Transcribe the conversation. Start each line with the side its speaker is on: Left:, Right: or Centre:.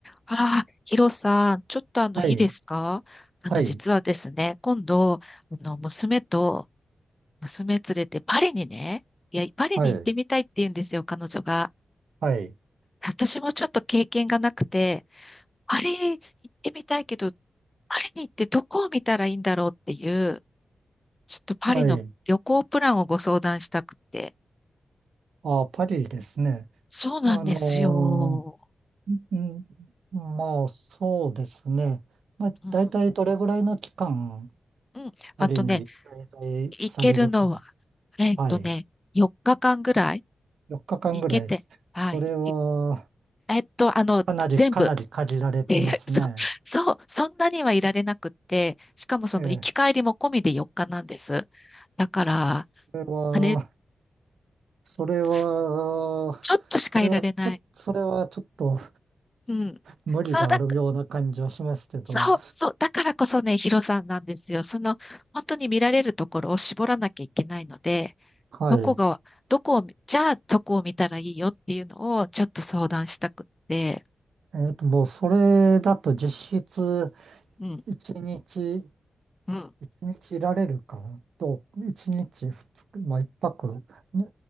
Left: ああ、ヒロさん、ちょっとあの、
Right: はい、
Left: いいですかあの、
Right: はい、
Left: 実はですね、今度、あの、娘と、娘連れてパリにね、いや、パリに行ってみたいって言うんですよ、
Right: はい、
Left: 彼女が。
Right: はい、
Left: 私もちょっと経験がなくて、パリ行ってみたいけど、パリに行ってどこを見たらいいんだろうっていう、ちょっとパリの旅行プランをご相談したくて。
Right: はい。あ、パリですね。
Left: そうなんですよ。
Right: あのー、ん、まあ、そうですね。まあ、
Left: うん、
Right: 大体どれぐらいの期間、
Left: うん。
Right: パリに滞在されるか。
Left: あとね、行けるのは、えっとね、
Right: はい。
Left: 4日間ぐらい。
Right: 4日間ぐらいです。
Left: いけて、はい。
Right: それは、
Left: いえっと、あの、
Right: かなり、
Left: 全部。
Right: かなり限られてますね。
Left: えー <laughs> そ、そう、そんなにはいられなくって、しかもその行き帰りも込みで4日なんです。
Right: ええ、
Left: だから、
Right: それは、
Left: あれ、
Right: それは、
Left: すちょっとしかいられない。
Right: それは、ちょっと、それはちょっと
Left: うん。
Right: 無理があるような感じはしますけど、
Left: そうだか、そう、そう、だからこそね、ヒロさんなんですよ。その、本当に見られるところを絞らなきゃいけないので、
Right: はい。
Left: どこが、どこを見、じゃあどこを見たらいいよっていうのをちょっと相談したくって、
Right: えっと、もうそれだと実質
Left: うん、
Right: 1日、
Left: うん。
Right: 一日いられるかなと、1日2まあ1泊ね